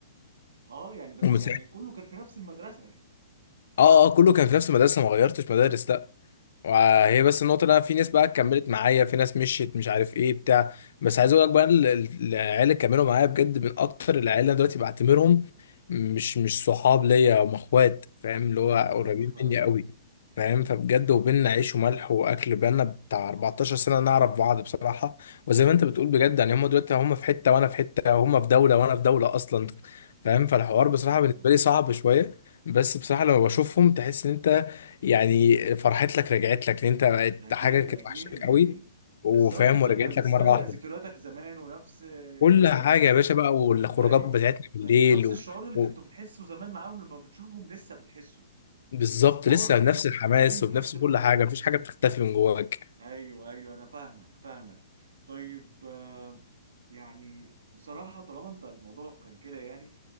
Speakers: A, on the right; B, on the left.
A: اه يعني بس
B: ومن
A: يعني
B: ساعتها
A: كله كان في نفس المدرسة يعني.
B: اه اه كله كان في نفس المدرسة ما غيرتش مدارس لا وهي
A: ايوه
B: بس النقطة اللي أنا في ناس بقى كملت معايا في ناس مشيت مش عارف إيه بتاع بس عايز أقول لك بقى ال- ال- العيال اللي كملوا معايا بجد من أكتر العيال اللي أنا دلوقتي بعتبرهم مش مش صحاب ليا هم إخوات فاهم اللي
A: ايوه
B: هو قريبين
A: ايوه فاهم
B: مني قوي فاهم فبجد وبيننا عيش وملح وأكل بقالنا بتاع 14 سنة نعرف بعض بصراحة وزي ما أنت بتقول بجد
A: مم.
B: يعني هم دلوقتي هم في حتة وأنا في حتة هم في دولة وأنا في دولة أصلا فاهم فالحوار
A: ايوه
B: بصراحة
A: ايوه
B: بالنسبة
A: فاهم
B: لي صعب شوية بس بصراحة لما بشوفهم تحس إن أنت يعني فرحت لك رجعت لك لان انت
A: اكيد
B: حاجه كانت
A: اكيد
B: وحشك
A: يعني
B: قوي وفاهم
A: بالظبط انت
B: ورجعت
A: بت- بتسترجع
B: لك مره واحده
A: ذكرياتك زمان ونفس
B: كل
A: يعني
B: حاجه يا باشا بقى والخروجات
A: ايوه
B: بتاعتنا بالليل
A: ايوه نفس
B: و...
A: الشعور اللي
B: و...
A: كنتوا بتحسه زمان معاهم لما بتشوفهم لسه بتحسه
B: بالظبط
A: السبارك
B: لسه بنفس
A: اللي ب-
B: الحماس
A: اللي ما بينكم
B: وبنفس
A: لسه
B: كل
A: موجودة
B: حاجه مفيش حاجه بتختفي من جواك
A: ايوه ايوه انا فاهمك فاهمك طيب آه، يعني بصراحه طالما انت الموضوع كان كده يعني